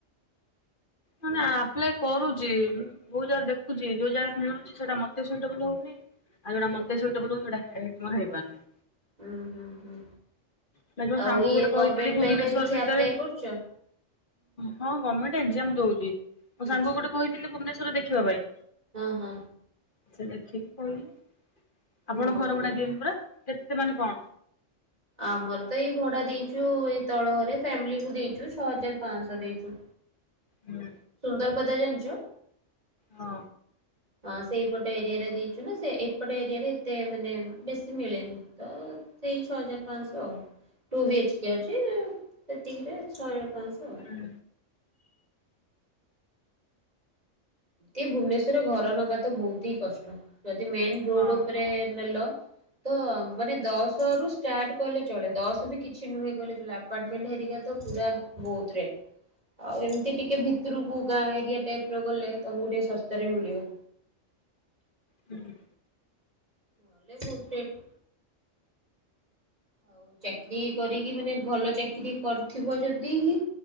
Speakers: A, on the left (about 40°); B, on the right (about 30°).
A: ମାନେ ଆପ୍ଲାଏ କରୁଛି ବହୁତ ଜାଗା ଦେଖୁ ଦେଖୁଛି ଯୋଉ ଯାଗାରେ ମିଳୁଛି ସେଟା ମତେ ସୁଇଟେବଲ ହଉନି ଆଉ ଯୋଉଟା
B: ହୁଁ
A: ମତେ
B: ହୁଁ।
A: ସୁଇଟେବଲ ସେଟା ମାନେ ହେଇପାରୁନି।
B: ହୁଁ ହୁଁ ହୁଁ
A: ବାକି ମୋ
B: ଆଉ
A: ସାଙ୍ଗକୁ
B: ଇଏ
A: ଗୋଟେ କହିଥିଲି
B: ଗଭମେଣ୍ଟ
A: ଭୁବନେଶ୍ଵର
B: ପାଇଁକା କିଛି
A: ଭିତରେ
B: ଆପ୍ଲାଏ କରୁଛ?
A: ହଁ ଗର୍ମେଣ୍ଟ ଏକ୍ଜାମ ଦଉଛି ମୋ
B: ଆଚ୍ଛା
A: ସାଙ୍ଗକୁ ଗୋଟେ କହିଥିଲି ଭୁବନେଶ୍ବର ଦେଖିବା ପାଇଁ
B: ହଁ ହଁ।
A: ସେ ଦେଖିକି କହିଲେ, ଆପଣ
B: ହଁ।
A: ଘର ଭଡା ଦିଅନ୍ତି ପରା କେତେ ମାନେ କଣ
B: ଆମର ତ ଏଇ ଭଡା ଦେଇଛୁ ଏଇ ତଳ ଘରେ ଫ୍ୟାମିଲିକୁ ଦେଇଛୁ ଛଅ ହଜାର ପାଞ୍ଚଶହ ଦେଇଛୁ।
A: ହୁଁ
B: ସୁନ୍ଦରପଦା ଜାଣିଛ।
A: ହଁ
B: ହଁ ସେଇପଟ ଏରିଆରେ ଦେଇଛୁ ନା ସେ ଏପଟ ଏରିଆରେ ଏତେ ମାନେ ବେଶୀ ମିଳେନି ତ ସେଇ ଛଅ ହଜାର ପାଞ୍ଚଶହ ଟୁ ବି ଏଚ କେ ଅଛି ସେତିକିରେ ଛଅ ହଜାର ପାଞ୍ଚଶହ। ଆଉ।
A: ହୁଁ।
B: ଏ ଭୁବନେଶ୍ଵରରେ ଘର ନବା ତ ବହୁତ ହିଁ କଷ୍ଟ ଯଦି ମେନ୍ ରୋଡ
A: ହଁ।
B: ଉପରେ ନେଲ ତ ମାନେ ଦଶ ରୁ ଷ୍ଟାର୍ଟ କହିଲେ ଚଳେ ଦଶ ବି କିଛି ନୁହେଁ କହିଲେ ଆପ ଅପାର୍ଟମେଣ୍ଟ ହେରିକା ତ ପୁରା ବହୁତ ରେ ଆଉ ଏମତି ଟିକେ ଭିତରକୁ ଗାଁ ଏରିଆ ଟାଇପ ର ଗଲେ ତମକୁ ଟିକେ ଶସ୍ତା ରେ ମିଳିବ।
A: ହୁଁ ହୁଁ।
B: ନହେଲେ ବହୁତ ରେଟ୍। ଆଉ ଚାକିରି କରିକି ମାନେ ଭଲ ଚାକିରି କରିଥିବ ଯଦି ହିଁ